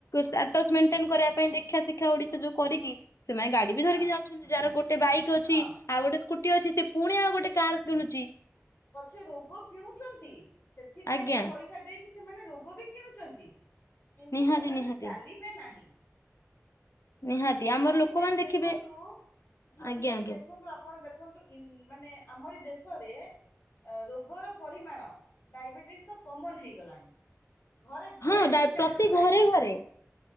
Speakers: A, on the left; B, on the left.
A: ଷ୍ଟାଟସ
B: ହୁଁ
A: ମେଣ୍ଟେନ କରିବା ପାଇଁ ଦେଖା ଶିକ୍ଷା ଓଡିଶା ଯୋଉ କରିକି ସେମାନେ ଗାଡି ବି ଧରିକି
B: ହଁ
A: ଯାଉଛନ୍ତି ଯାହାର ଗୋଟେ ବାଇକ ଅଛି।
B: ହଁ।
A: ଆଉ ଗୋଟେ ସ୍କୁଟି ଅଛି ସେ ପୁଣି ଆଉ ଗୋଟେ କାର୍ କିଣୁଚି।
B: ପଛେ ରୋଗ କିଣୁଛନ୍ତି ସେଥିପାଇଁ
A: ଆଜ୍ଞା
B: କି ପଇସା ଦେଇ କି ସେମାନେ ରୋଗ ବି କିଣୁଛନ୍ତି କିନ୍ତୁ
A: ନିହାତି
B: ସେମାନେ
A: ନିହାତି
B: ଚାଲିବେ ନାହିଁ।
A: ନିହାତି। ଆମର
B: ଆଜ
A: ଲୋକମାନେ
B: କାଲି
A: ଦେଖିବେ
B: ଦେଖନ୍ତୁ। ଆଜ
A: ଆଜ୍ଞା
B: କାଲି
A: ଆଜ୍ଞା
B: ଦେଖନ୍ତୁ ଆପଣ ଦେଖନ୍ତୁ ଇଂ ମାନେ ଆମ ଏଇ ଦେଶରେ ରୋଗର ପରିମାଣ ଡାଇବେଟିସ ତ କମନ ହେଇଗଲାଣି। ଘରେ ଘରେ
A: ହଁ ଡା
B: ତିନି ଚାରି
A: ପ୍ରତି
B: ଜଣଙ୍କୁ
A: ଘରେ
B: ଡାଇବେଟିସ୍
A: ଘରେ